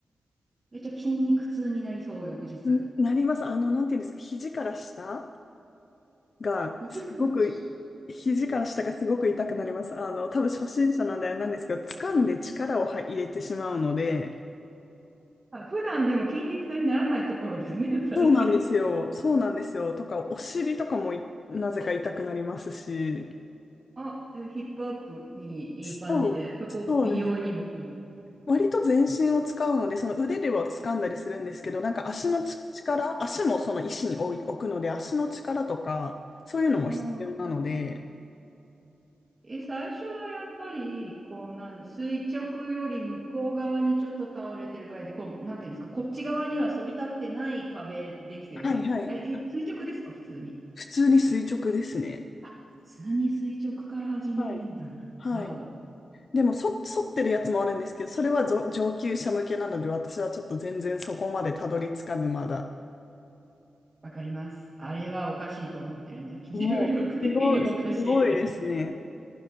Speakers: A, on the right (about 35°); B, on the left (about 60°).
A: めっちゃ筋肉痛になりそう、翌日。
B: <laughs> んなります。あの、なんていうんですか、肘から下が、
A: 2か間でした。
B: すごく、肘から下がすごく痛くなります。あの、多分初心者なんであれなんですけど、掴んで力をは入れてしまうので、
A: あ、普段でも筋肉痛にならないところですね、<laughs> それ。
B: そうなんですよ。そうなんですよ。とか、お尻とかもいなぜか痛くなりますし、
A: あ、でもヒップアップにいい感じで、
B: そう、
A: そこ美容にもいい。
B: そうです。割と全身を使うので、その腕では掴んだりするんですけど、なんか足のつ力、足もその石に置い置くので、足の力とか、そういうのも必要なので、
A: うん、うんえ、最初はやっぱり、こう、なん、垂直より向こう側にちょっと倒れてるぐらいで、この、なんていうんですか、こっち側には反り立ってない壁ですよね。
B: はいはい。
A: え、え垂直ですか、普通に。
B: 普通に垂直ですね。
A: あ、普通に垂直から始めるんだ。
B: はい。はい。
A: わお。
B: でも、そ、剃ってるやつもあるんですけど、それはぞ上級者向けなので、私はちょっと全然そこまでたどり着かず、まだ。
A: わかります。あれはおかしいと思ってるんで、<laughs> 重力的におかしいと思う。
B: もう、すごい、すごいですね。